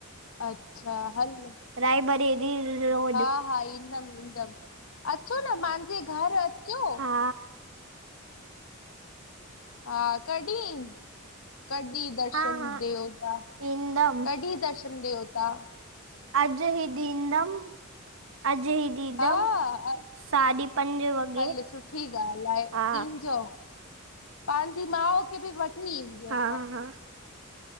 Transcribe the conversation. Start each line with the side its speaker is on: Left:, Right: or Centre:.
Left: अच्छा हल
Right: राय बरली <unintelligible>
Left: हा हा ईंदम ईंदम अचो न मांजे घर अचो।
Right: हा
Left: हा कॾहिं कॾहि? दर्शन
Right: हा हा
Left: देवता
Right: ईंदमि
Left: कढहिं दर्शन देवता
Right: अॼु ही ॾिदम अॼु ई दीदम
Left: हा
Right: साढी पंज वॻे
Left: हल सुठी ॻाल्ह आहे
Right: हा
Left: इंजो। पंहिंजी माउ खे बि वठी ईंजो।
Right: हा हा